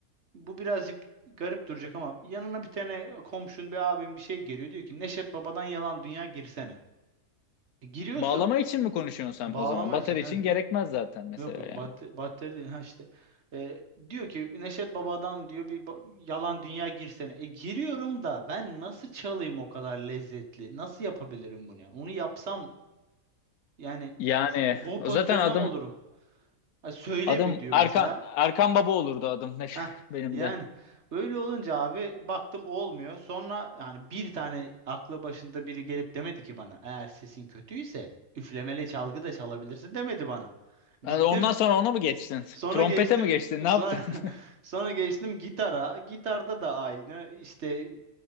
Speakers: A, on the right; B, on the left.
A: bu birazcık garip duracak ama yanına bir tane komşun bir abim bir şey geliyor diyor ki Neşet Baba'dan yalan dünya girsene. E, Giriyorsun
B: bağlama için mi konuşuyorsun sen
A: bağlama
B: o zaman? Batarya
A: için. Evet.
B: için gerekmez zaten mesela
A: Yok yok
B: yani.
A: batteri, batteri değil. Ha işte. E, diyor ki Neşet Baba'dan diyor bir ba- yalan dünya girsene. E giriyorum da ben nasıl çalayım o kadar lezzetli? Nasıl yapabilirim bunu yani? Onu yapsam yani
B: Yani
A: s- bu
B: o
A: pozisyonda
B: zaten adım
A: mı olurum? Ha, söyle
B: adım
A: bir diyor
B: Erkan
A: mesela.
B: Erkan Baba olurdu adım ne
A: Heh.
B: <laughs> benim
A: Yani
B: de.
A: öyle olunca abi baktım olmuyor. Sonra yani bir tane aklı başında biri gelip demedi ki bana eğer sesin kötüyse üflemeli çalgı da çalabilirsin demedi bana. Gittim
B: Ha, Ondan sonra ona mı geçtin?
A: Sonra
B: Trompete
A: geçtim
B: mi geçtin? Ne
A: sonra
B: yaptın? <laughs>
A: <laughs> sonra geçtim gitara. Gitarda da aynı. İşte